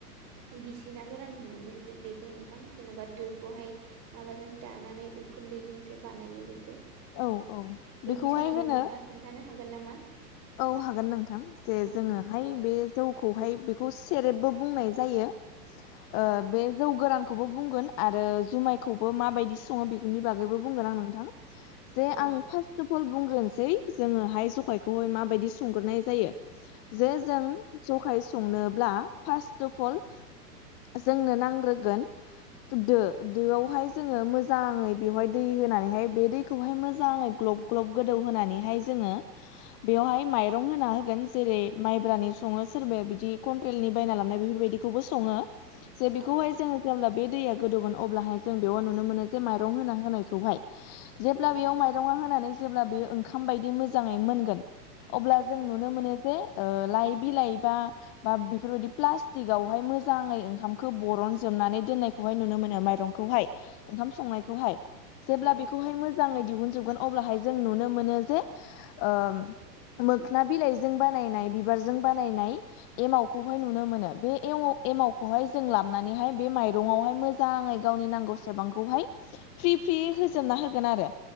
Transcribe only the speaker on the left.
औ औ बेखौहाय
होनो
औ हागोन नोंथां जे
जोङोहाय
बे जौखौहाय बेखौ सेरेबबो बुंनाय जायो।
ओ बे जौ गोरान खौबो बुंगोन आरो जुमायखौबो माबायदि सङो बेफोरनि बागैबो बुंगोन आं नोंथां जे
आं फासट' फल बुंग्रोनोसै जोङोहाय ज'खायखौ खौहाय माबायदि संग्रोनाय जायो जे जों ज'खाय संनोब्ला फासट'फल जोंनो नांग्रोगोन दो दोआवहाय जोङो मोजाङै बेवहाय दै होनानैहाय बे दैखौहाय मोजाङै ग्ल'ब ग्ल'ब गोदौ होनानैहाय जोङो बेवहाय माइरं होना होगोन जेरै माइब्रानि सङो सोरबाया बिदि कन्ट्रेलनि बायना लाबनाय बेफोरबायदि खौबो सङो जे बेखौहाय
जों जेब्ला बे दैया गोदौगोन अब्लाहाय जों बेव नुनो मोनो जे माइरं होना होनायखौहाय जेब्ला
बेयाव माइरङा होनानै जेब्ला बेयो ओंखाम बायदि मोजाङै मोनगोन अब्ला जों
नुनो मोनो जे ओ लाइ बिलाइ बा बा बेफोरबायदि प्लास्टिकआवहाय मोजाङै ओंखामखौ बरन जोबनानै दोन्नाय खौहाय नुनो मोनो माइरंखौहाय, ओंखाम संनायखौहाय‌ जेब्ला
बेखौहाय मोजाङै दिहुनजोबगोन अब्लाहाय जों नुनो मोनो जे ओम मोखना बिलाइजों बानायनाय बिबारजों बानायनाय एमावखौहाय नुनो मोनो बे एमाव एमावखौहाय जों लाबनानैहाय बे माइरंआवहाय मो जाङै गावनि नांगौ सेबांखौहाय फ्रि फ्रि होजोबना होगोन आरो